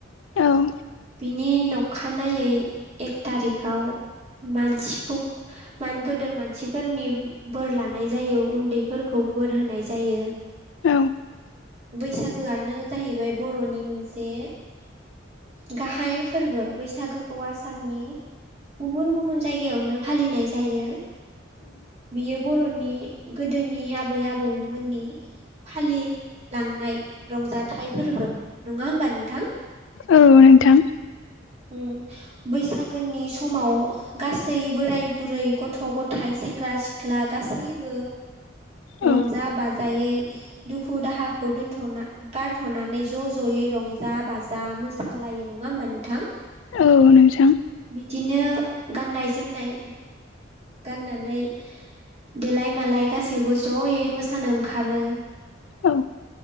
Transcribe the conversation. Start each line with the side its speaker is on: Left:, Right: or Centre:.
Left: औ
Right: बिनि न'खानायै एक थारिखाव मानसिखौ मान गदेर मानसिफोरनि बोर लानाय जायो उन्दैफोरखौ बोर होनाय जायो
Left: औ
Right: बैसागोआनो जाहैबाय बर'नि मोनसे गाहाय फोरबो बैसागोखौ आसामनि गुबुन गुबुन जायगायावनो फालिनाय जायो बियो बर'नि गोदोनि आबै-आबौमोननि फालिलांनाय रंजाथाइ फोरबो नङा होमबा नोंथां
Left: औ औ नोंथां
Right: उम बैसागोनि समाव गासै बोराय-बुरै, गथ'-गथाय, सेंग्रा-सि सिख्ला गासैबो
Left: औ
Right: रंजा-बाजायै दुखु दाहाखौ दोनथ'ना गारथ'नानै ज' ज'यै रंजा-बाजा मोसालायो नङा होमबा नोंथां।
Left: औ
Right: बिदिनो गाननाय-जोमनाय गाननानै देलाय-मालाय गासैबो ज'यै मोसानो ओंखारो
Left: औ